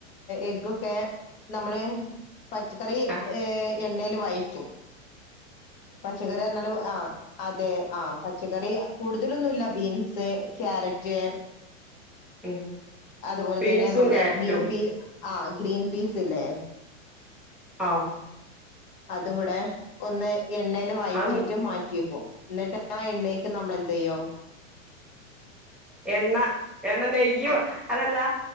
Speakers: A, on the left (about 45°); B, in the centre.
A: എഗ്ഗൊക്കെ നമ്മള് പച്ചക്കറി
B: ആഹ്
A: ഏഹ് എ എണ്ണയില് വയറ്റും പച്ചക്കറി എന്നാലും ആഹ് അതെ ആഹ് പച്ചക്കറി കൂടുതലൊന്നുല്ല ബീൻസ് ക്യാരറ്റ്
B: ഉം
A: അതുപോലതന്നെ
B: ബീൻസും
A: നമ്മളെ
B: ക്യാരറ്റും
A: ഗ്രീൻ പീ ആ ഗ്രീൻ പീസ് ഇല്ലേ
B: ആഹ്
A: അതും കൂടെ ഒന്ന് എണ്ണേല് വയറ്റീട്ട്
B: അത്
A: മാറ്റി വെക്കും എന്നിട്ട് ആ എണ്ണേക്ക് നമ്മളെന്തെയ്യും
B: എണ്ണ എണ്ണ നെയ്യും
A: ആ
B: അതല്ലാ